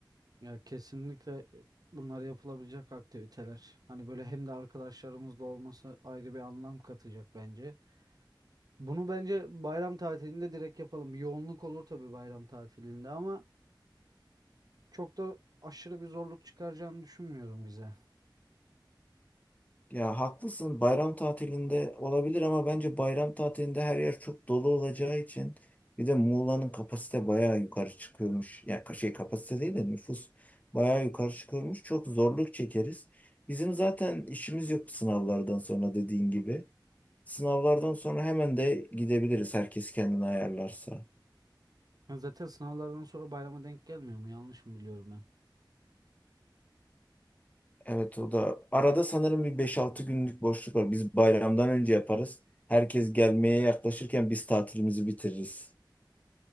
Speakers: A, on the right; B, on the left.
A: Ya kesinlikle bunlar yapılabilecek aktiviteler. Hani böyle hem de arkadaşlarımızla olması ayrı bir anlam katacak bence. Bunu bence bayram tatilinde direkt yapalım. Bir yoğunluk olur tabii bayram tatilinde ama Çok da aşırı bir zorluk çıkaracağını düşünmüyorum bize.
B: Ya haklısın bayram tatilinde olabilir ama bence bayram tatilinde her yer çok dolu olacağı için bir de Muğla'nın kapasite bayağı yukarı çıkıyormuş. Ya ka- şey kapasite değil de nüfus bayağı yukarı çıkıyormuş. Çok zorluk çekeriz. Bizim zaten işimiz yok sınavlardan sonra dediğin gibi. Sınavlardan sonra hemen de gidebiliriz herkes kendini ayarlarsa.
A: Ya zaten sınavlardan sonra bayrama denk gelmiyor mu? Yanlış mı biliyorum ben?
B: Evet o da. Arada sanırım bir beş altı günlük boşluk var. Biz bayramdan önce yaparız. Herkes gelmeye yaklaşırken biz tatilimizi bitiririz.